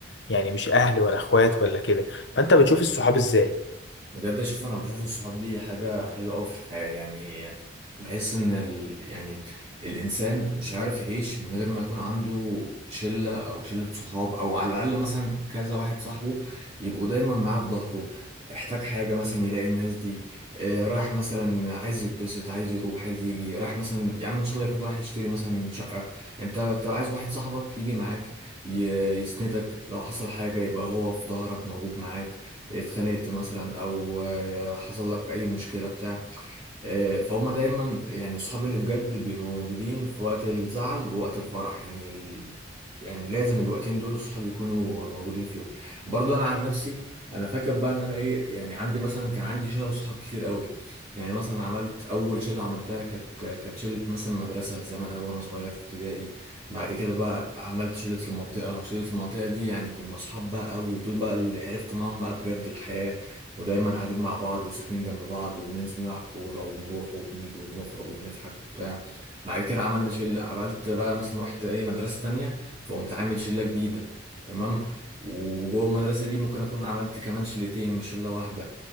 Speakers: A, on the left (about 65°); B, on the right (about 35°).
A: يعني مش أهل ولا إخوات ولا كده فأنت بتشوف الصحاب إزاي
B: بجد اشوف انا بشوف الصحاب دي حاجة حلوة قوي في الحياة يعني بحس ان ال... يعني الانسان مش عارف يعيش من غير ما يكون عنده شلة او شلة صحاب او على الاقل مثلا كذا واحد صاحبه يبقوا دايما معاه في ظهره احتاج حاجة مثلا يلاقي الناس دي آه رايح مثلا عايز يتبسط عايز يروح عايز يجي رايح مثلا يا عم ان شاء الله يكون رايح يشتري مثلا شقة انت انت عايز واحد صاحبك يجي معاك ي... يسندك لو حصل حاجة يبقى هو في ظهرك موجود معاك اتخانقت مثلا او آه، حصل لك اي مشكله بتاع آه، فهم دايما يعني اصحابي اللي بجد بيبقوا موجودين في وقت الزعل ووقت الفرح يعني ال... يعني لازم الوقتين دول الصحاب يكونوا موجودين فيهم برضو انا عن نفسي انا فاكر بقى ان انا ايه يعني عندي مثلا كان عندي شله صحاب كتير قوي يعني مثلا عملت اول شله عملتها كانت كانت شله مثلا مدرسه زمان قوي وانا صغير في ابتدائي بعد كده بقى عملت شله المنطقه وشله المنطقه دي يعني كنا صحاب بقى قوي ودول بقى اللي عرفت معاهم بقى بجد الحياه ودايما قاعدين مع بعض وساكنين جنب بعض وبننزل نلعب كورة وبنروح وبنيجي وبنخرج وبنضحك وبتاع بعد كده عملنا شلة عملت بقى مثلا رحت ايه مدرسة تانية فقمت عامل شلة جديدة تمام وجوه المدرسة دي ممكن أكون عملت كمان شلتين مش شلة واحدة